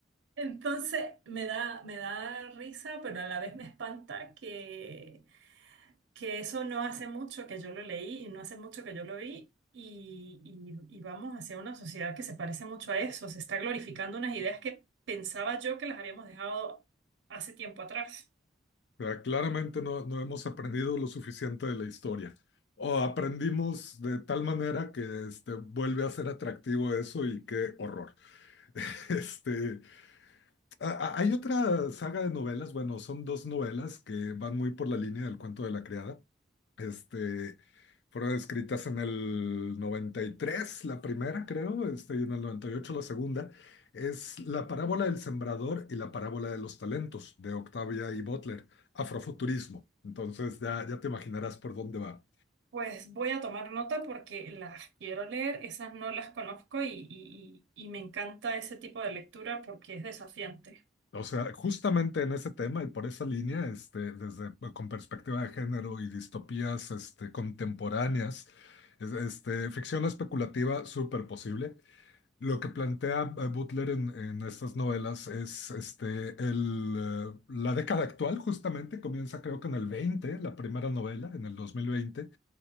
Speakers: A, on the right (about 80°); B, on the left (about 65°).
A: Entonces me da, me da risa, pero a la vez me espanta que, que eso no hace mucho que yo lo leí y no hace mucho que yo lo vi y, y, y vamos hacia una sociedad que se parece mucho a eso, se está glorificando unas ideas que pensaba yo que las habíamos dejado hace tiempo atrás.
B: O sea, claramente no, no hemos aprendido lo suficiente de la historia. O aprendimos de tal manera que este, vuelve a ser atractivo eso y qué horror. <laughs> Este, a- a- hay otra saga de novelas, bueno, son dos novelas que van muy por la línea del cuento de la criada. Este, fueron escritas en el 93 la primera creo, este, y en el 98 la segunda. Es La parábola del sembrador y la parábola de los talentos de Octavia y Butler, Afrofuturismo. Entonces ya, ya te imaginarás por dónde va.
A: Pues voy a tomar nota porque las quiero leer, esas no las conozco y, y- y- y me encanta ese tipo de lectura porque es desafiante.
B: O sea, justamente en ese tema y por esa línea, este, desde pues, con perspectiva de género y distopías, este, contemporáneas, es- este, ficción especulativa súper posible. Lo que plantea eh, Butler en, en estas novelas es este, el, eh, la década actual, justamente, comienza creo que en el 20 la primera novela, en el 2020.